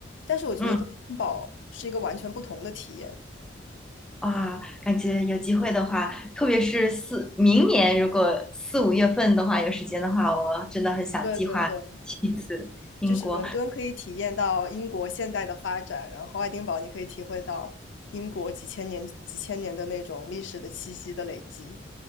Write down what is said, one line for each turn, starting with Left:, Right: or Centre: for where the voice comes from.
Left: 但是我觉得跟森堡是一个完全不同的体验。
Centre: 嗯啊，感觉有机会的话，特别是四明年如果四五月份的话有时间的话，我真的很想计划去一次英国
Left: 对对对。就是伦敦可以体验到英国现代的发展，然后爱丁堡你可以体会到英国几千年、几千年的那种历史的气息的累积。